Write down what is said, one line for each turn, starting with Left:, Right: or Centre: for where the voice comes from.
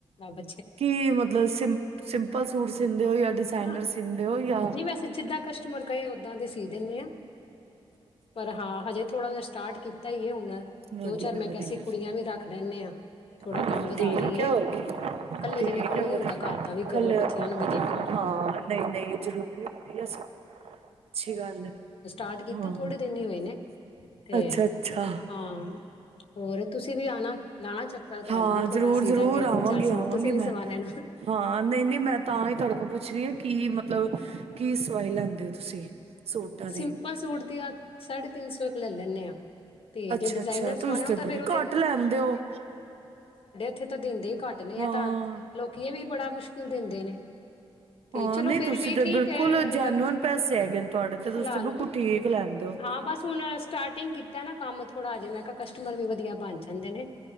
Left: ਰੱਬ
Right: ਕੀ ਮਤਲਬ ਸਿੰ ਸਿੰਪਲ ਸੂਟ ਸਿੰਂਦੇ ਹੋ ਜਾਂ ਡਿਜ਼ਾਇਨਰ
Left: ਹਾਂ
Right: ਸਿੰਂਦੇ ਹੋ ਜਾਂਾ
Left: ਨਹੀਂ ਵੈਸੇ ਜਿੱਦਾਂ ਕਸਟਮਰ ਕਹੇ ਓਦਾਂ ਦੇ ਸੀ ਦਿੰਦੇ ਹਾਂ ਪਰ ਹਾਂ ਹਜੇ ਥੋੜ੍ਹਾ ਜਹਾ ਸਟਾਰਟ ਕੀਤਾ ਹੁਣ
Right: ਵਧੀਆ
Left: ਦੋ ਚਾਰ ਮੈਂ
Right: ਵਧੀਆ
Left: ਕਿਹਾ ਸੀ ਕੁੜੀਆਂ ਵੀ ਰੱਖ ਲੈਂਦੇ ਹਾਂ ਥੋੜਾ
Right: ਹਾਂ
Left: ਕੰਮ ਵਧਾ
Right: ਠੀਕ
Left: ਲਈਏ
Right: ਹੈ ਹੋਰ ਕੀ
Left: ਕੱਲੇ
Right: ਠੀਕ
Left: ਜਣੇੇ ਕੋਲ
Right: ਹੈ
Left: ਨਹੀਂੀ
Right: ਵਧੀਆ
Left: ਹੁੰਦਾ ਘਰ ਵੀ ਕਰੋ
Right: ਕੱਲ ਹਾਂ
Left: ਬੱਚਿਆਂ ਨੂੰ ਵੀ ਦੇਖੋ
Right: ਨਹੀਂ ਨਹੀਂ ਜ਼ਰੂਰੀ ਹੁੰਦੀ ਆ ਸ ਅੱਛੀ ਗੱਲ ਹੈ
Left: ਤਾਂ
Right: ਹਾਂ
Left: ਥੋੜੇ ਦਿਨ ਹੀ ਹੋਏ ਨੇ ਤੇ
Right: ਅੱਛਾ ਅੱਛਾ
Left: ਹਾਂ ਹੋਰ ਤੁਸੀਂ ਵੀ ਆਉਣਾ ਲਣਾ ਚੱਕਰ ਤੁਹਡੂੰ
Right: ਹਾਂ
Left: ਵੀ ਥੋੜਾ
Right: ਜ਼ਰੂਰ
Left: ਸੀ
Right: ਜ਼ਰੂਰ
Left: ਦਾਂਗੇ ਦੋ
Right: ਆਵਾਂਗੀ
Left: ਚਾਰ ਸੂਟ
Right: ਆਵਾਂਗੀ
Left: ਤੁਸੀਂ ਵੀ ਸਵਾ
Right: ਮੈਂ
Left: ਲੈਣਾ
Right: ਹਾਂ ਨਹੀਂ ਨਹੀਂ ਮੈਂ ਤਾਂ ਹੀ ਤੜ ਉਹ ਪੁੱਛ ਰਹੀ ਹੈ ਕੀ ਮਤਲਬ ਕੀ ਸਵਾਈ ਲੈਂਦੇ ਹੋ ਤੁਸੀਂ ਸੂਟਾਂ
Left: ਸਿੰਪਲ
Right: ਦੀ
Left: ਸੂਟ ਦੀ ਆ ਸਾਢੇ ਤਿੰਨ ਸੌ ਇੱਕ ਲੈ ਲੈਂਦੇ ਹਾਂ ਤੇ
Right: ਅੱਛਾ
Left: ਜੇ ਡਿਜ਼ਾਇਨਰ
Right: ਅੱਛਾ
Left: ਸਵਾਣਾ
Right: ਤੁਸੀਸ ਤੇ
Left: ਉਹ ਤਾਂ ਫੇਰ
Right: ਬੜੇ
Left: ਉਹਦੇ
Right: ਘੱਟ ਲੈਂਦੇ ਹੋ
Left: ਉੱਥ ਤਾਂ ਦਿੰ ਹੀ ਘੱਟਦੇ
Right: ਹਾਂ
Left: ਆ ਤਾਂ ਲੋਕੀਏ ਵੀ ਬੜਾ ਮੁਸ਼ਕਿਲ ਮੁਸ਼ਕਿਲ ਦਿੰਦੇ ਨੇ ਤੇ
Right: ਹਾਂ
Left: ਚਲੋ
Right: ਨਹੀਂ ਤੁਸੀਂ
Left: ਫੇਰ ਵੀ
Right: ਤਾਂ
Left: ਠੀਕ
Right: ਬਿਲਕੁਲ
Left: ਹੈ
Right: ਜੈਨਅਨ
Left: ਹਜੇ ਤੱਕ
Right: ਪੈਸੇ ਹੈਗੇ ਨੇ ਤੁਹਾਡੇ ਤੇ ਤੁਸੀਂ
Left: ਫਿਲਹਾਲ
Right: ਤੇ ਬਿਲਕੁਲ ਠੀਕ ਲੈਂਦੇ ਹੋ
Left: ਹਾਂ ਬਸ ਹੁਣ ਸਟਾਰਟਿੰਗ ਕੀਤਾ ਨਾ ਕੰਮ ਥੋੜਾ ਹਜੇ ਮੈਂ ਕਿਹਾ ਕਸਟਮਰ ਵੀ ਵਧੀਆ ਬਣ ਜਾਂਦੇ ਨੇ